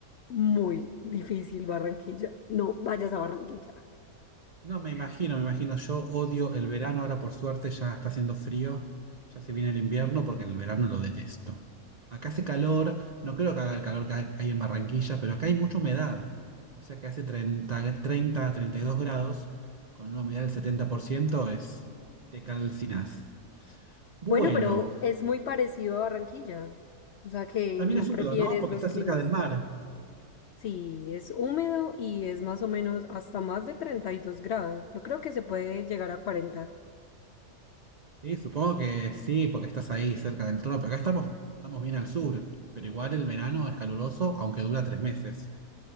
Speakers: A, on the left; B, on the right.
A: muy difícil Barranquilla. No vayas a Barranquilla.
B: No, me imagino, me imagino. Yo odio el verano, ahora por suerte ya está haciendo frío, ya se viene el invierno porque el verano lo detesto. Acá hace calor, no creo que haga el calor que ha- que hay en Barranquilla, pero acá hay mucha humedad. O sea que hace treinta, treinta, treinta y dos grados, con una humedad del 70% es, te calcinas. Bueno,
A: Bueno, pero es muy parecido a Barranquilla. O sea que
B: también
A: no
B: es húmedo,
A: prefieres
B: ¿no? Porque
A: los
B: está
A: climas
B: cerca del mar.
A: Sí, es húmedo y es más o menos hasta más de 32 grados. Yo creo que se puede llegar a cuarenta.
B: Sí, supongo que sí, porque estás ahí cerca del trono. Pero Acá estamos, estamos bien al sur, pero igual el verano es caluroso, aunque dura tres meses.